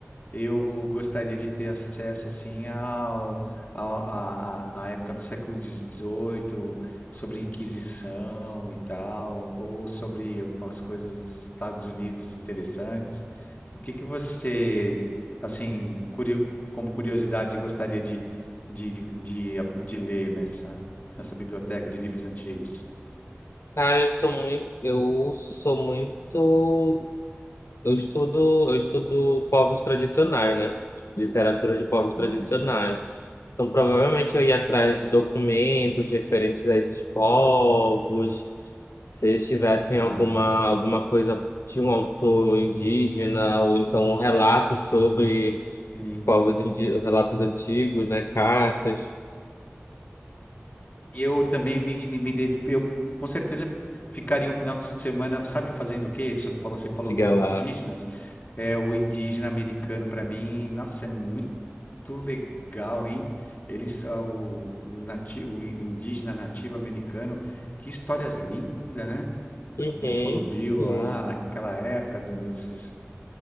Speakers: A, on the left; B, on the left.
A: Eu gostaria de ter acesso assim ao, ao- à, à- à época do século XVIII, sobre a Inquisição e tal, ou sobre algumas coisas dos Estados Unidos interessantes. O que que você, assim, curio- como curiosidade, gostaria de, de, de, de ler nessa, nessa biblioteca de livros antigos?
B: Cara, eu sou muito, eu sou muito, eu estudo, eu estudo povos tradicionais, né? Literatura de povos tradicionais.
A: Olha,
B: Então, provavelmente eu ia atrás de documentos referentes a esses povos, se eles tivessem
A: tá,
B: alguma alguma coisa de um autor indígena ou então relatos sobre
A: sim.
B: os povos indi- relatos antigos, né? Cartas,
A: e eu também me, me ded- eu com certeza ficaria um final de semana, sabe, fazendo o quê? Você falou, você falou
B: diga
A: dos
B: lá.
A: indígenas, é o indígena americano para mim, nossa, é muito legal, hein? Eles, ah, o, o, nati, o indígena nativo americano, que histórias lindas, né?
B: Uhum,
A: Buffalo Bill
B: sim.
A: lá, naquela época, do- desses,